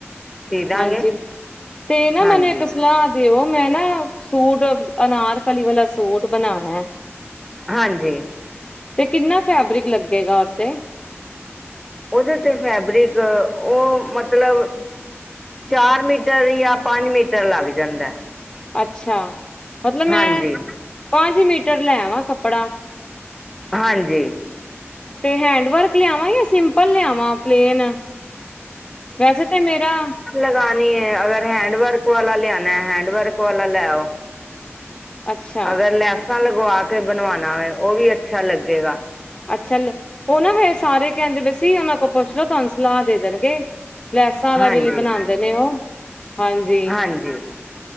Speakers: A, in the centre; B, on the left.
A: ਸੀ ਦਾਂਗੇ
B: ਹਾਂਜੀ ਤੇ ਨਾ ਮਨੇ
A: ਹਾਂਜੀ
B: ਇੱਕ ਸਲਾਹ ਦਿਓ ਮੈਂ ਨਾ ਸੂਟ ਅਨਾਰ ਕਲੀ ਵਾਲਾ ਸੂਟ ਬਣਾਣਾ।
A: ਹਾਂਜੀ।
B: ਤੇ ਕਿੰਨਾ ਫੈਬਰਿਕ ਲੱਗੇਗਾ ਓ ਤੇ
A: ਉਦੇ ਤੇ ਫੈਬਰਿਕ ਓ ਮਤਲਬ ਚਾਰ ਮੀਟਰ ਜਾਂ ਪੰਜ ਮੀਟਰ ਲੱਗ ਜਾਂਦਾ ਐ।
B: ਅੱਛਾ ਮਤਲਬ ਮੈਂ
A: ਹਾਂਜੀ
B: ਪੰਜ ਮੀਟਰ ਲੈ ਵਾਂ ਕੱਪੜਾ
A: ਹਾਂਜੀ
B: ਤੇ ਹੈਂਡਵਰਕ ਲਿਆਵਾਂ ਜਾਂ ਸਿੰਪਲ ਲਿਆਵਾਂ ਪਲੇਨ ਵੈਸੇ ਤੇ ਮੇਰਾ
A: ਲਗਾਨੀ ਐ ਅਗਰ ਹੈਂਡਵਰਕ ਵਾਲਾ ਲਿਆਣਾ ਹੈਂਡਵਰਕ ਵਾਲਾ ਲੈ ਆਓ।
B: ਅੱਛਾ
A: ਅਗਰ ਲੈਸਾਂ ਲਗਵਾ ਕੇ ਬਣਵਾਣਾ ਏ ਓ ਵੀ ਅੱਛਾ ਲੱਗੇਗਾ।
B: ਅੱਛਾ ਲ ਓ ਨਾ ਫਿਰ ਸਾਰੇ ਕੈਂਦੇ ਪਏ ਸੀ ਉਨਾਂ ਕੋਲ ਪੁੱਛ ਲੋੋ ਤੁਹਾਨੂੰ ਸਲਾਹ ਦੇ ਦੇਣਗੇ ਲੈਸਾਂ ਵਾਲਾ
A: ਹਾਂਜੀ
B: ਵੀ ਬਣਾਂਦੇ ਨੇ ਓ। ਹਾਂਜੀ
A: ਹਾਂਜੀ